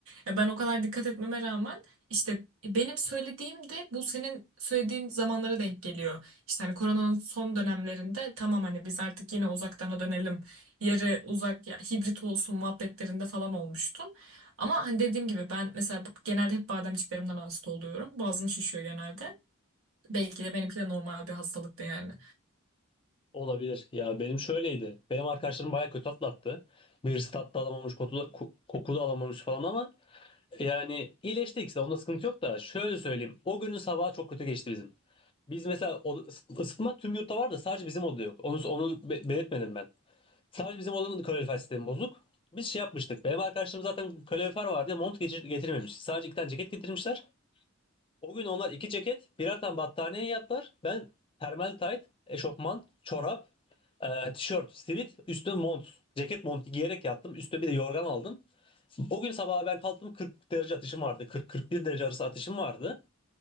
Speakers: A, on the right (about 80°); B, on the left (about 25°).
A: Ya ben o kadar dikkat etmeme rağmen işte e, benim söylediğim de bu senin söylediğin zamanlara denk geliyor. İşte hani koronanın son dönemlerinde tamam hani biz artık yine uzaktana dönelim. Yarı uzak ya hibrit olsun muhabbetlerinde falan olmuştum. Ama hani dediğim gibi ben mesela genelde hep bademciklerimden hasta oluyorum. Boğazım şişiyor genelde. Belki de benimki de normal bir hastalıktı yani.
B: Olabilir. Ya benim şöyleydi. Benim arkadaşlarım bayağı kötü atlattı. Birisi tatlı alamamış, koku ko- koku da alamamış falan ama yani iyileşti ikisi de. Onda sıkıntı yok da şöyle söyleyeyim. O günün sabahı çok kötü geçti bizim. Biz mesela o, ısıtma tüm yurtta var da sadece bizim odada yok. Onu, onu be- belirtmedim ben. Sadece bizim odanın kalorifer sistemi bozuk. Biz şey yapmıştık. Benim arkadaşlarım zaten kalorifer vardı. Mont geçir- getirmemiş. Sadece iki tane ceket getirmişler. O gün onlar iki ceket, birer tane battaniye yattılar. Ben termal tayt, eşofman, çorap, e, tişört, sivit, üstüne mont, ceket montu giyerek yattım. Üstüne bir de yorgan aldım. O gün sabaha ben kalktım 40 derece atışım vardı. 40-41 derece arası atışım vardı.